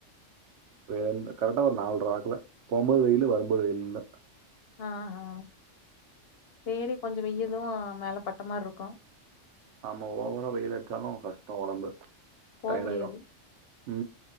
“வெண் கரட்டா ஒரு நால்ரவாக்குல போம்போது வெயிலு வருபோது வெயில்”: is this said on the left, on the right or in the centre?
Right